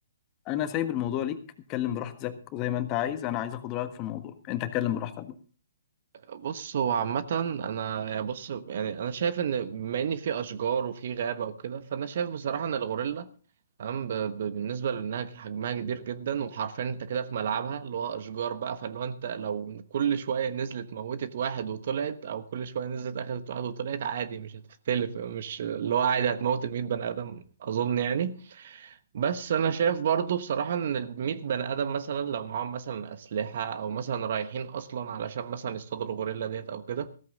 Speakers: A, on the left (about 30°); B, on the right (about 55°).
A: انا سايب الموضوع ليك اتكلم براحتك زي ما انت عايز انا عايز اخد رايك في الموضوع انت اتكلم براحتك بقى
B: بص هو عامة أنا يعني بص يعني أنا شايف إن بما إن في أشجار وفي غابة وكده فأنا شايف بصراحة إن الغوريلا تمام ب- ب- بالنسبة لأنها حجمها كبير جدا وحرفيا أنت كده في ملعبها اللي هو أشجار بقى فاللي هو أنت لو كل شوية نزلت موتت واحد وطلعت أو كل شوية نزلت أخدت واحد وطلعت عادي مش هتختلف مش اللي هو عادي هتموت المية بني آدم أظن يعني بس انا شايف برضو بصراحة ان الميت بني ادم مثلا لو معاهم مثلا اسلحة او مثلا رايحين اصلا علشان مثلا يصطادوا الغوريلا ديت او كده